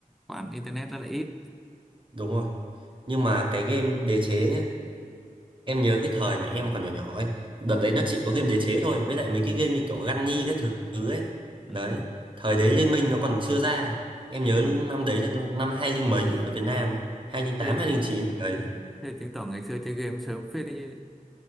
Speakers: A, in the centre; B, on the right.
A: khoản internet rất là ít
B: đúng rồi nhưng mà cái game đế chế nhá em nhớ cái thời mà em còn nhỏ nhỏ ấy đợt
A: ừ,
B: đấy nó chỉ có game đế chế thôi với lại mấy cái game như kiểu Gunny các thứ ấy
A: ừ,
B: đấy thời đấy Liên Minh nó còn chưa ra em
A: đúng
B: nhớ
A: rồi
B: năm đấy là năm hai linh mấy ở Việt Nam ấy hai linh tám
A: thế,
B: hai linh chín gì đấy
A: thế chứng tỏ ngày xưa chơi game sớm phết đấy chứ